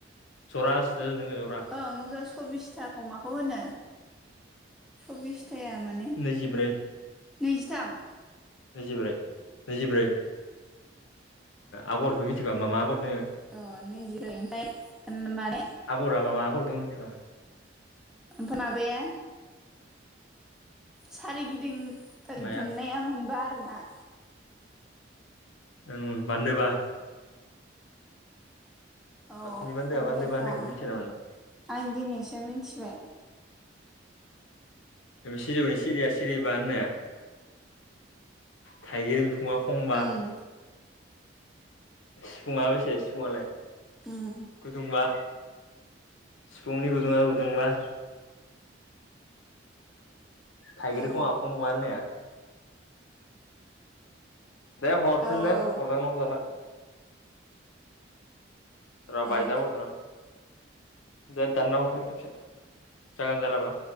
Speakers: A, on the left; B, in the centre.
A: जरा नों जरा
B: ओं बे सब्बिसथाखौ माखौ होनो सब्बिसथाया माने
A: नैजिब्रै
B: नैजिथाम
A: नैजिब्रै नैजिब्रै आगरखौ मिथिखा मा मा आगरनो
B: अ नैजिब्रै ओमफ्राय माने
A: आगरा मा आगरदों मिथिबा
B: ओमफ्राय माबाया सारिगिदिं
A: माया
B: दुमनाया मोनबा आरोना
A: ओम बान्दोबा
B: औ
A: बाथौनि बान्दोआ
B: फान्दोबा
A: बान्दोबा होननायखौ मिथिया नामा नों
B: आं दिनैसो मिथिबाय।
A: सिजौनि सिरिया सिरि बा होननाया। थाइगिर बिफाङा खंबा।
B: उम
A: सिफुङा बेसे सिफुङलाय
B: उम
A: गुदुंब्लाा सिफुंनि गुदुङा गुदुंबा। थाइगिरखौ
B: औ
A: आखंब ने दे हरफिन
B: औ
A: दो
B: औ
A: हरजागोन ना जाना र' बायजाबथ'
B: औ
A: र' दे दानना हरफिन खेबसे जागोन जालाबा